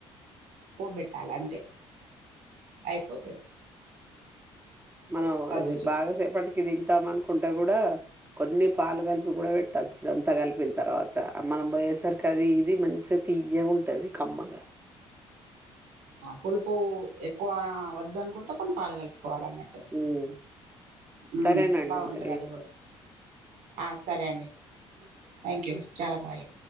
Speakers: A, on the right; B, on the right.
A: పోబెటాలీ అంతే అయిపోతది
B: మనం
A: దద్దోజనం
B: అది బాగాసేపటికి ఇవి తింటాం అనుకుంటే కూడా కొన్ని పాలు కలిపి కూడా పెట్టచ్చు ఇదంతా కలిపిన తర్వాత మనం పోయేసరికి అది ఇది మంచిగా తీయ్యగ ఉంటుంది కమ్మగా
A: పులుపు ఎక్కువ వద్దు అనుకుంటే కొన్ని పలుగలుపు కోవాలన్నట్టు
B: ఉమ్.
A: హు
B: సరేనండి
A: బాగుంటది
B: మరి
A: అది కూడా ఆ సరే అండి థాంక్యూ చాలా బాగు